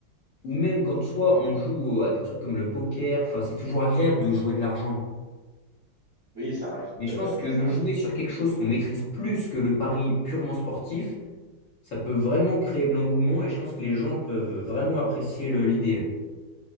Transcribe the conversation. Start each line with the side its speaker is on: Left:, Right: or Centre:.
Left: ou même quand soit on joue à des trucs comme le poker, enfin, c'est toujours agréable de jouer de l'argent.
Right: Oui, ça rajoute,
Left: Mais je
Right: euh,
Left: pense que le
Right: ça rajoute.
Left: jouer sur quelque chose qu'on maîtrise plus que le pari purement sportif, ça peut vraiment créer de l'engouement et je pense que les gens peuvent vraiment apprécier le- l'idée.